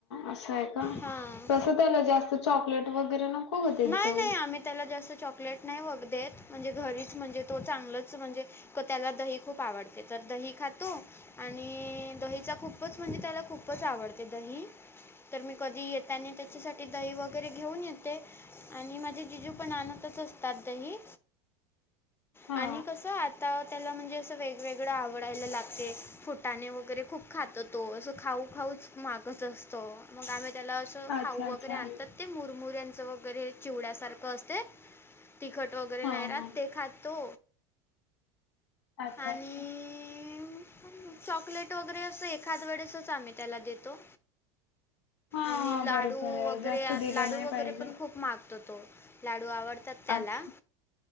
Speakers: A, on the left (about 80°); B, on the left (about 15°).
A: असं आहे का,
B: हां.
A: कसं त्याला जास्त चॉकलेट वगैरे नको ग देत
B: नाही
A: जाऊ.
B: नाही, आम्ही त्याला जास्त चॉकलेट नाही वघ देत म्हणजे घरीच म्हणजे तो चांगलच म्हणजे त त्याला दही खूप आवडते, तर दही खातो आणि दहीचा खूपच म्हणजे त्याला खूपच आवडते दही. तर मी कधी येतानी त्याच्यासाठी दही वगैरे घेऊन येते. आणि माझे जिजू पण, आणतच असतात दही.
A: हा
B: आणि कस आता त्याला म्हणजे अस वेग वेगड आवडायला लागते, फुटाने वगैरे खूप खातो तो अस खाऊ खाऊच मागत असतो, मग आम्ही त्याला अ
A: अच्छा
B: खाऊ वगैरे
A: अच्छा
B: आणतात ते मुरमुऱ्यांच वगैरे चिवड्यासारख असते तिखट वगैरे
A: हा
B: नाही राहत
A: हा
B: ते खातो.
A: अच्छा
B: आणि,
A: अच्छा.
B: म चॉकलेट वगैरे असं एखाद वेडेसच आम्ही त्याला देतो.
A: हा
B: आणि लाडू
A: बरोबर आहे
B: वगैरे
A: जास्त
B: ह्यात
A: दिलं
B: लाडू
A: नाही
B: वगैरे
A: पाहिजे
B: पण खूप मागतो तो, लाडू आवडतात त्याला
A: अच्छा.